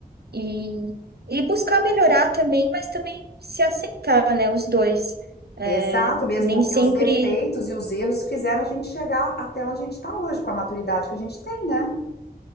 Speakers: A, on the right (about 75°); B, on the left (about 85°).
A: E, e buscar melhorar também, mas também se aceitar, né? Os dois. É,
B: Exato mesmo,
A: nem
B: porque
A: sempre.
B: os defeitos e os erros fizeram a gente chegar até onde a gente está hoje, com a maturidade que a gente tem, né?